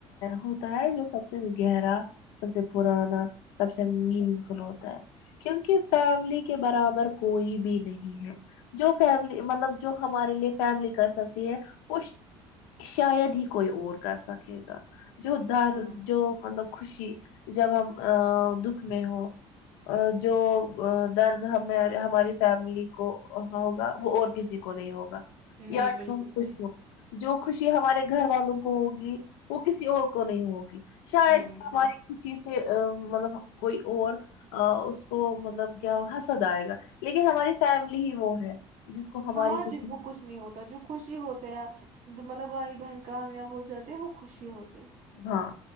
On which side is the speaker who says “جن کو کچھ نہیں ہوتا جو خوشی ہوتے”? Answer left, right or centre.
Right